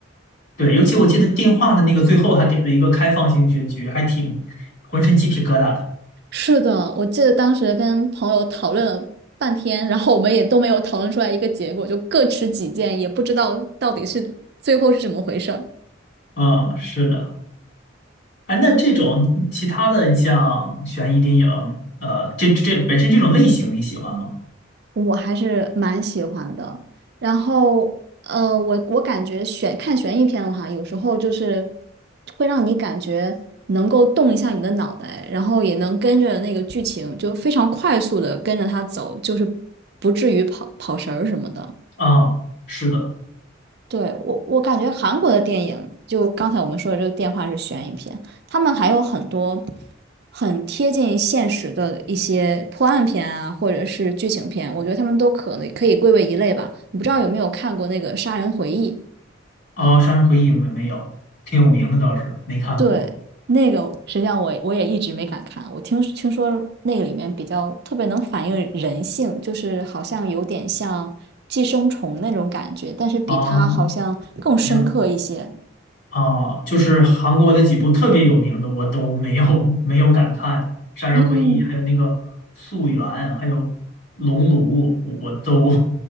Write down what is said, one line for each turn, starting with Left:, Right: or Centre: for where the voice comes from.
Left: 对，尤其我记得电话的那个最后还给了一个开放性结局，还挺浑身鸡皮疙瘩的。
Right: 是的，我记得当时跟朋友讨论了半天，然后我们也都没有讨论出来一个结果，就各持己见，也不知道到底是最后是怎么回事儿。
Left: 嗯，是的。哎，那这种其他的你像悬疑电影，呃，这这本身这种类型你喜欢吗？
Right: 我还是蛮喜欢的。然后，呃，我我感觉悬看悬疑片的话，有时候就是会让你感觉能够动一下你的脑袋，然后也能跟着那个剧情就非常快速的跟着它走，就是不至于跑跑神儿什么的。
Left: 啊、是的。
Right: 对，我，我感觉韩国的电影，就刚才我们说的这个电话是悬疑片，他们还有很多很贴近现实的一些破案片啊，或者是剧情片，我觉得他们都可能可以归为一类吧。你不知道有没有看过那个《杀人回忆》？
Left: 哦，《杀人回忆》没没有，挺有名的倒是，没看过。
Right: 对，那个实际上我我也一直没敢看，我听听说那个里面比较特别能反映人性，就是好像有点像寄生虫那种感觉，但是比它好像更深刻一些。
Left: 哦，还有啊，就是韩国的几部特别有名的，我都没有 <laughs> 没有敢看，《杀人回忆》，
Right: 嗯。
Left: 还有那个《溯源》，还有《熔炉》，我我都